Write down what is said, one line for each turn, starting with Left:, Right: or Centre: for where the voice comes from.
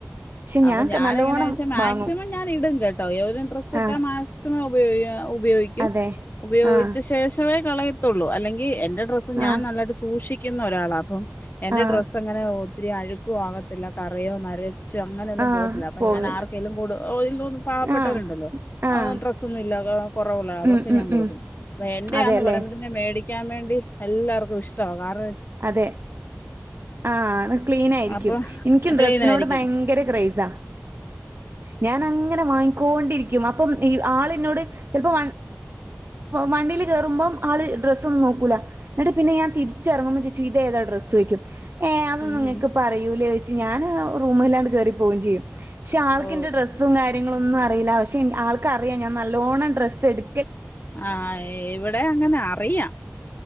Right: പക്ഷെ
Left: അപ്പൊ ഞാൻ
Right: നല്ലോണം
Left: എങ്ങനാ ചോച്ചാ മാക്സിമം
Right: വാങ്ങും
Left: ഞാൻ ഇടും ക ട്ടോ ഏതെലും ഡ്രസ് ഇട്ട
Right: ആഹ്
Left: മാക്സിമം <unintelligible> ഉപയോഗിക്കും
Right: അതെ
Left: ഉപയോഗി
Right: ആഹ്
Left: ച്ചവേ കളയത്തുള്ളൂ അല്ലെങ്കി എ ഡ്രസ് ഞാൻ
Right: ആഹ്
Left: നല്ലായിട്ട് സൂക്ഷിക്കു ക്കുന്ന ഒരാള അപ്പം എന്റെ
Right: ആഹ്
Left: ഡ്രസ് എങ്ങനെ ഒത്തിരി അഴുക്കും ആകത്തില്ല കറയോ നര ശ് അങ്ങനെയൊന്നും
Right: ആഹ്
Left: പോത്തില്ല അപ്പൊ
Right: പോകുന്നില്ല
Left: ഞാൻ ആർക്കെലുംകൊട് <unintelligible> പാവപ്പെട്ടവരുണ്ടല്ലോ
Right: ആഹ് ആഹ്
Left: ഓ ഡ്രസ്സൊന്നും ഇല്ല കൊറവൊള്ള അവർക്ക്
Right: ഉം ഉം
Left: ഞാൻ കൊടുക്കും
Right: ഉം
Left: എന്റെയാന്ന്
Right: അതെല്ലേ
Left: പറയുമ്പോത്തേ ന് മേടി ടിക്കാൻ വേണ്ടി എല്ലാവർക്കും ഇഷ്ടവാ കാര
Right: അതെ ആഹ അത് ക്ലീൻ ആയിരിക്കും
Left: അപ്പൊ
Right: എനിക്കും ഡ്രസ്സിനോട്
Left: ക്ലീൻ ആയിരിക്കും
Right: ഭയങ്കര ക്രൈസാ ഞാൻ അങ്ങനെ വാങ്ങിക്കോണ്ടിരിക്കും അപ്പം ഈ ആളന്നോട് ചിലപ്പോ വണ്ടിൽ കേയറുമ്പം ആള് ഡ്രസ്സ ഒന്നും നോക്കൂല എന്നിട്ട് പിന്നെ ഞാൻ തിരിച്ചറങ്ങും ച്ച് ഇത്ഏതാ ഡ്രസ്സ് ചോയ്ക്കും ഏഹ അതൊന്നും
Left: ഉം
Right: ങ്ങക്ക്
Left: ഉം
Right: പ്പറിയൂ ഞാൻ റൂമില്ലാണ്ട് കേറി പോവുകയും ചെയ്യും പക്ഷെ ആൾക്കെന്റെ
Left: ഓ
Right: ഡ്രസ്സും കാര്യ കാര്യങ്ങളൊന്നും അറില്ല പക്ഷ ആൾക്ക അറിയാം ഞാ നല്ലോണ്ണം ഡ്രസ്സ് സ്സെടു
Left: ആഹ് ഇവിടെ അങ്ങനെ അറിയാം